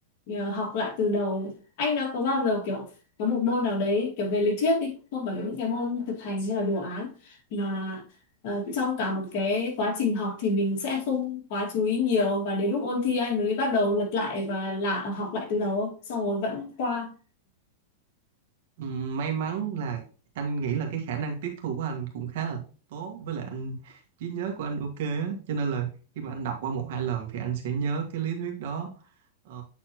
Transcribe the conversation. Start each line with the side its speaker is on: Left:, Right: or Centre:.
Left: ờ, học lại từ đầu anh đã có bao giờ kiểu có một môn nào đấy kiểu về lý thuyết đi không phải là những cái môn thực hành hay là đồ án mà ờ, trong cả một cái quá trình học thì mình sẽ không quá chú ý nhiều và đến lúc ôn thi anh mới bắt đầu lật lại và là học lại từ đầu xong rồi vẫn qua
Right: Ừm, may mắn là anh nghĩ là cái khả năng tiếp thu của anh cũng khá là tốt với lại anh trí nhớ của anh ok á cho nên là khi mà anh đọc qua một hai lần thì anh sẽ nhớ cái lý thuyết đó Ờ,